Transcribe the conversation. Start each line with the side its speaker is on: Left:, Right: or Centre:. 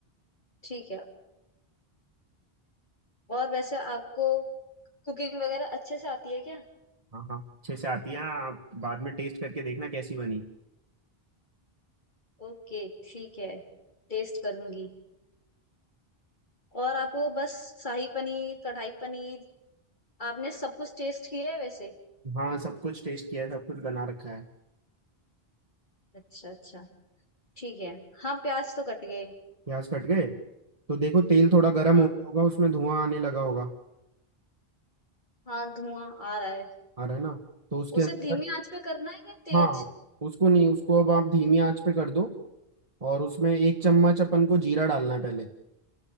Left: ठीक है और वैसे आपको कुकिंग वगैरह अच्छे से आती है क्या
Right: हाँ हाँ अच्छे से आती है आप बाद में टेस्ट करके देखना कैसी बनी
Left: ओके ठीक है टेस्ट करूंगी और आपको बस शाही पनीर कढ़ाई पनीर आपने सब कुछ टेस्ट किया है वैसे
Right: हाँ सब कुछ टेस्ट किया है सब कुछ बना रखा है
Left: अच्छा अच्छा ठीक है हाँ प्याज तो कट गए
Right: प्याज कट गए तो देखो तेल थोड़ा गर्म
Left: हाँ
Right: हो गया होगा उसमें धुआं आने लगा होगा
Left: हाँ धुआं आ रहा है
Right: आ रहा है ना तो उसके
Left: उसे
Right: अंदर
Left: धीमी आंच पे करना है या तेज
Right: हाँ उसको नहीं उसको अब आप धीमी आंच पे कर दो और उसमें एक चम्मच अपन को जीरा डालना है पहले